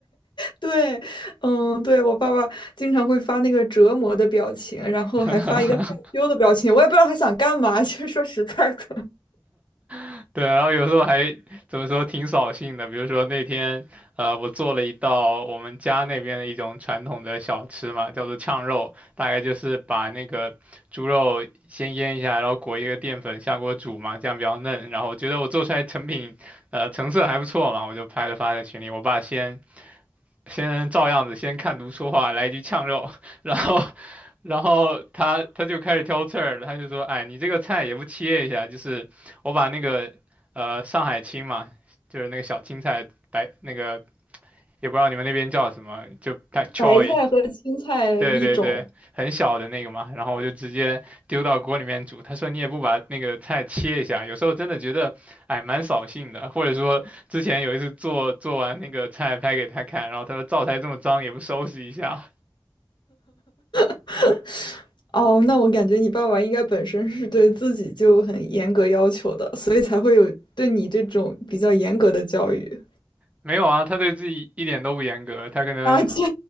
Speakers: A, on the left; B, on the right.
A: 对，嗯，对，我爸爸经常会发那个折磨的表情，然后还发一个害羞的表情，
B: <laughs>
A: 我也不知道他想干嘛。<laughs> 其实说实在的，
B: <laughs> 对，然后有时候还怎么说挺扫兴的，比如说那天，呃，我做了一道我们家那边的一种传统的小吃嘛，叫做炝肉，大概就是把那个猪肉先腌一下，然后裹一个淀粉下锅煮嘛，这样比较嫩。然后我觉得我做出来成品，呃，成色还不错嘛，我就拍了发在群里。我爸先先照样子先看图说话，来一句呛肉，<laughs> 然后，然后他他就开始挑刺儿了他就说，哎，你这个菜也不切一下，就是我把那个呃上海青嘛，就是那个小青菜白那个，也不知道你们那边叫什么，就 pak
A: <laughs>
B: choi，
A: 白菜和青菜一种。
B: 对对对，很小的那个嘛，然后我就直接丢到锅里面煮。他说你也不把那个菜切一下，有时候真的觉得，哎，蛮扫兴的。或者说之前有一次做做完那个菜拍给他看，然后他说灶台这么脏也不收拾一下。
A: <laughs> 哦，那我感觉你爸爸应该本身是对自己就很严格要求的，所以才会有对你这种比较严格的教育
B: 没有啊，他对自己一点都不严格，他可能
A: 啊！这